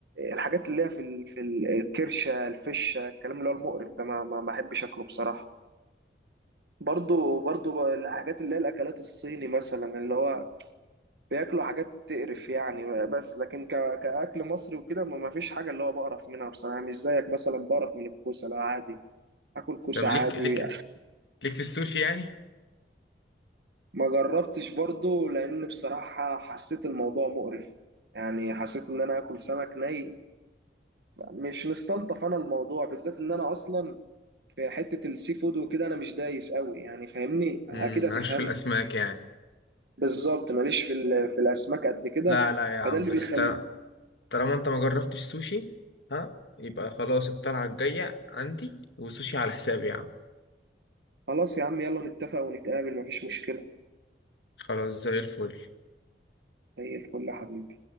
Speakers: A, on the right; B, on the left.
A: الحاجات اللي هي في ال- في ال- الكرشه الفشه الكلام اللي هو المقرف ده ما ما ما بحبش اكله بصراحه برضو برضو ب- الحاجات اللي هي الاكلات الصيني مثلا اللي هو بياكلوا حاجات تقرف يعني بس لكن ك... كاكل مصري وكده ما ما فيش حاجه اللي هو بقرف منها بصراحه مش زيك مثلا بقرف من الكوسه لا عادي اكل كوسه
B: طب ليك
A: عادي
B: ليك ليك في السوشي يعني
A: ما جربتش برضو لان بصراحه حسيت الموضوع مقرف يعني حسيت ان انا اكل سمك ني مش مستلطف انا الموضوع بالذات ان انا اصلا في حته السي فود وكده انا مش دايس قوي يعني فاهمني اكيد
B: امم
A: هتفهم
B: مالكش في الاسماك يعني
A: بالظبط ماليش في ال- في الاسماك قد كده
B: لا لا يا عم
A: فده اللي
B: بس
A: بيخلي
B: طالما انت ما جربتش سوشي ها يبقى خلاص الطلعة الجاية عندي وسوشي على حسابي يا عم
A: خلاص يا عم يلا نتفق ونتقابل مفيش مشكله
B: خلاص زي الفل
A: زي الفل يا حبيبي